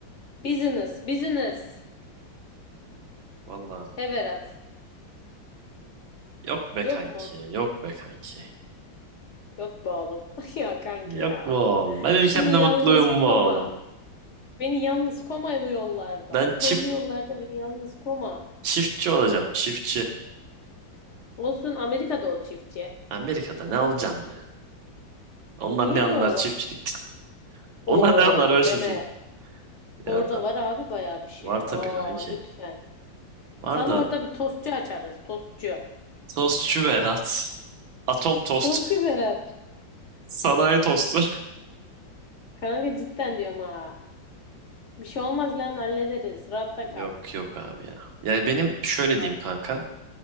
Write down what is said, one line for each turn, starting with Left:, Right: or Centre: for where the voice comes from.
Left: Business, business.
Right: Valla
Left: He Berat.
Right: yok be
Left: Yok
Right: kanki
Left: mu?
Right: yok be kanki.
Left: Yok be oğlum. <laughs> Ya kanki
Right: Yok
Left: ya.
Right: bu oğlum. Ben ülkemde
Left: Beni yalnız
Right: mutluyum bu
Left: koma.
Right: oğlum.
Left: Beni yalnız koma bu yollarda.
Right: Ben
Left: Bu zorlu
Right: çift
Left: yollarda beni yalnız koma.
Right: çiftçi olacağım çiftçi.
Left: Olsun Amerika'da ol çiftçi.
Right: Amerika'da ne olacağım ya? Onlar
Left: Niye
Right: ne anlar
Left: be oğlum?
Right: çiftçilikten? <laughs>
Left: Oo
Right: Onlar ne anlar böyle çiftçilik?
Left: deme.
Right: Ya
Left: Orada
Right: tabii.
Left: var abi bayağı bir şey.
Right: Var tabii
Left: Aa
Right: kanki.
Left: lütfen.
Right: Var
Left: Sana
Right: da.
Left: orada bir tostçu açarız. Tostçu.
Right: Tostçu Berat. Atom tost.
Left: Tostçu Berat.
Right: <laughs> Sanayi tostu.
Left: Kanka cidden diyorum ha. Bir şey olmaz lan hallederiz. Rahatta
Right: Yok
Left: kal.
Right: yok abi ya. Yani benim şöyle
Left: Al.
Right: diyeyim kanka.